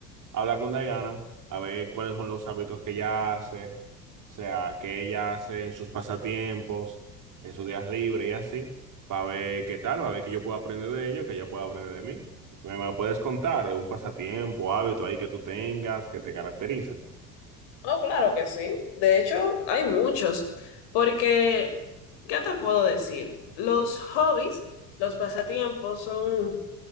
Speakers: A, on the right (about 35°); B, on the left (about 55°).
A: hablar con Diana, a ver cuáles son los hábitos que ella hace, o sea, que ella hace en sus pasatiempos, en sus días libres y así, para ver qué tal, para ver que yo puedo aprender de ello, que ella pueda aprender de mí. ¿Me, me puedes contar algún pasatiempo, hábito ahí que tú tengas, que te caracterice?
B: Oh, claro que sí. De hecho, hay muchos, porque, ¿qué te puedo decir? Los hobbies, los pasatiempos son